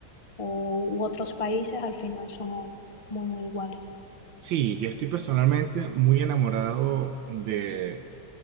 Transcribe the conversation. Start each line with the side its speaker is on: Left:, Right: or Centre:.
Left: o, u otros países, al final somos muy, muy iguales.
Right: Sí, yo estoy personalmente muy enamorado de,